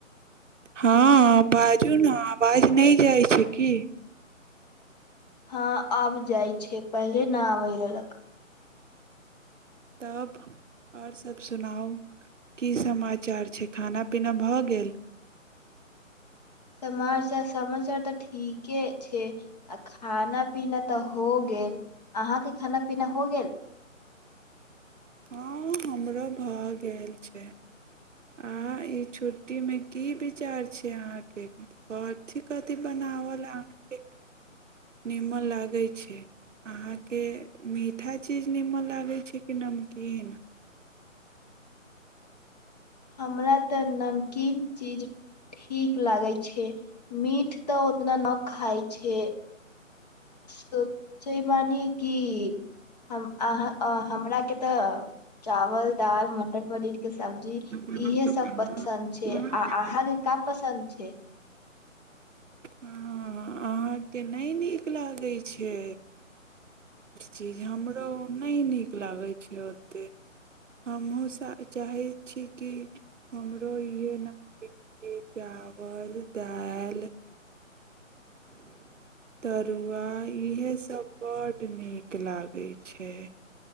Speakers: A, on the right (about 65°); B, on the left (about 30°).
A: हँ बाजू ने आवाज नहि जाइ छै की।
B: हँ आब जाइ छै पहिले नहि आबै रहलक।
A: तब आओर सब सुनाउ की समाचार छै खाना पिना भऽ गेल
B: समाचार समाचार तऽ ठीक के छै आ खाना पीना तऽ हो गेल अहाँके खाना पीना हो गेल
A: हँ हमरो भऽ गेल छै आ ई छुट्टीमे की विचार छै अहाँके कथी कथी बनावल अहाँके निमन लागैत छै अहाँके मीट हर चीज निमन लागै छै कि नमकीन
B: हमरा तऽ नमकीन चीज ठीक लागै छै मीठ तऽ उतना न खाइ छै सोचयब बानी कि हम अहाँ अहाँ हम हमराके तऽ चावल दाल मटर पनीरके सब्जी इहे
A: नमकीन
B: सब पसन्द छै आ अहाँके का पसन्द छै
A: हँ अहाँके नहि नीक लागै छी के ची <inaudible> हमरो नहि नीक लागै छै ओतेक हमूँ साह चाहित ठीके हमरो इहे न दे देत चावल दाईल तरुआ इहे सब बड्ड नीक लागे छै